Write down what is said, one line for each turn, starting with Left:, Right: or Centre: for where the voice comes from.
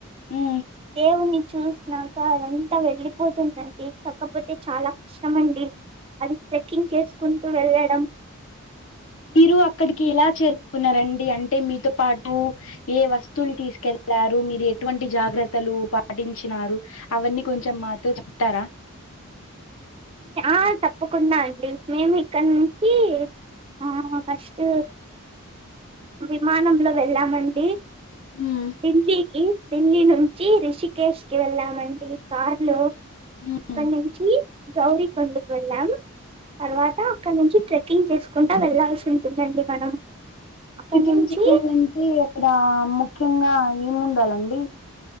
Left: ఊ
Right: దేవుని చూసినాక అదంతా వెళ్ళపోతుందండి కాకపోతే చాలా కష్టమండీ అది ట్రెక్కింగ్ చేసుకుంటూ వెళ్ళడం
Left: మీరు అక్కడికి ఇలా చేరుకున్నారండి అంటే మీతో పాటు ఏ వస్తువులు తీసుకెళ్లారు మీరు ఎటువంటి జాగ్రత్తలు పాటించినారు అవన్నీ కొంచెం మాతో చెప్తారా
Right: ఆ తప్పకుండా అండి మేము ఇక్కడ నుంచి ఆ ఫస్ట్ విమానంలో వెళ్ళామండి
Left: హ్మ్
Right: ఢిల్లీకి ఢిల్లీ నుంచి రిషికేష్ కి వెళ్ళామండి కార్ లో
Left: హ్మ్
Right: అక్కనుంచి గౌరి కొండకు వెళ్ళాం తర్వాత అక్కడ నుంచి ట్రేక్ ట్రెక్కింగ్ చేసుకుంటా వెళ్లాల్సి ఉంటుందండి మనం అక్కడ
Left: ట్రాకింగ్
Right: నుంచి
Left: చేయాలంటే అక్కడ ము ముఖ్యంగా ఏముండాలండి